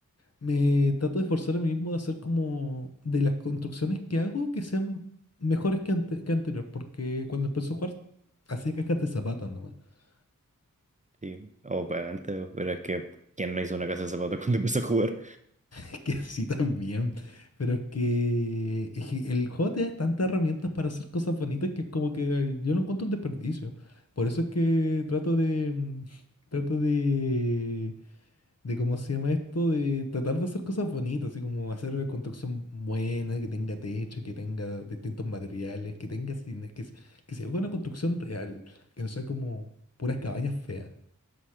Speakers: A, on the left; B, on the right.
A: me trato de esforzar a mí mismo de hacer como de las construcciones que hago que sean mejores que, ante- que anterior, porque cuando empecé a jugar hacía cajas de zapatos nomás. <laughs>
B: Sí, obviamente, pero es que, ¿quién no hizo una casa de zapatos <laughs> cuando empezó a jugar?
A: Es que sí también, pero es que, es que el juego te da tantas herramientas para hacer cosas bonitas que es como que ay, yo lo encuentro un desperdicio. Por eso es que trato de mm, trato de de cómo se llama esto, de tratar de hacer cosas bonitas, así como hacer una construcción buena, que tenga techo, que tenga distintos materiales, que tenga cine- que, se- que se vea una construcción real, que no sea como puras cabañas feas.